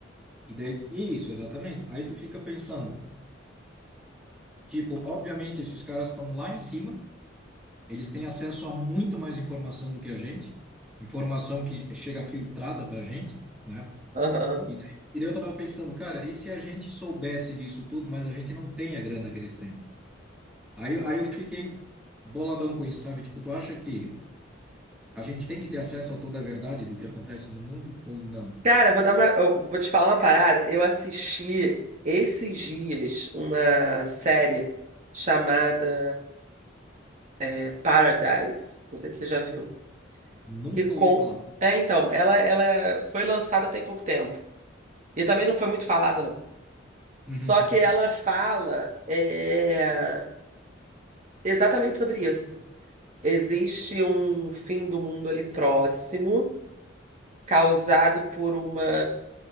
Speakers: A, in the centre; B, on the right.
A: e, daí, e é isso, exatamente. Aí tu fica pensando, tipo, obviamente esses caras estão lá em cima, eles têm acesso a muito mais informação do que a gente, informação que chega filtrada pra gente, né?
B: Aham.
A: E daí, e daí eu tava pensando, cara, e se a gente soubesse disso tudo, mas a gente não tem a grana que eles têm? Aí, eu- aí eu fiquei boladão com isso, sabe? Tipo, tu acha que A gente tem que ter acesso a toda a verdade do que acontece no mundo ou não?
B: Cara, eu vou dar uma, eu vou te falar uma parada. Eu assisti esses dias uma série chamada é, Paradise. Não sei se você já viu.
A: Nunca
B: Que com...
A: ouvi falar.
B: É, então, ela, ela foi lançada tem pouco tempo. E também não foi muito falada, não.
A: Uhum.
B: Só que ela fala é, exatamente sobre isso. Existe um fim do mundo ali próximo, causado por uma.